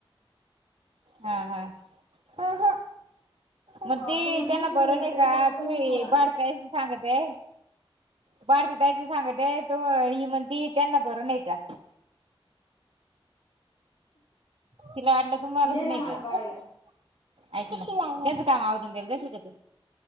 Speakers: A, on the right; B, on the left.
A: हा हा. मग
B: अं,
A: ती
B: तो म्हणे
A: त्यांना
B: की
A: बर नाही
B: त्याच्या
A: का,
B: पप्पाचा
A: तुम्ही
B: मग फोन आला
A: बारतायसनी सांगत आहे भारती ताईंच सांगत आहे तो, हि मंनती त्यांना बरं नाही का? तिला वाटलं तुम्हालाच
B: ये ना
A: नाही
B: मला
A: का.
B: पाहायला
A: ऐक, हेच काम आवरून दिल जाशील का तू,